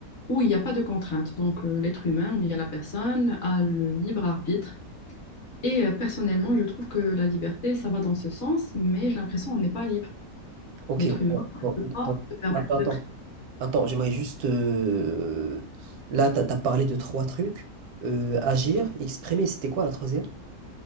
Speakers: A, on the left; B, on the right.
A: où il n'y a pas de contrainte. Donc, euh, l'être humain ou bien la personne a le libre arbitre. Et euh, personnellement, je trouve que la liberté, ça va dans ce sens, mais j'ai l'impression qu'on n'est pas libre.
B: Ok,
A: L'être humain
B: bon, bon,
A: ne peut pas
B: donc,
A: se permettre
B: attends,
A: de
B: attends,
A: tri-
B: attends, j'aimerais juste. euh, Là, tu as, parlé de trois trucs. Euh, agir, exprimer, c'était quoi la troisième?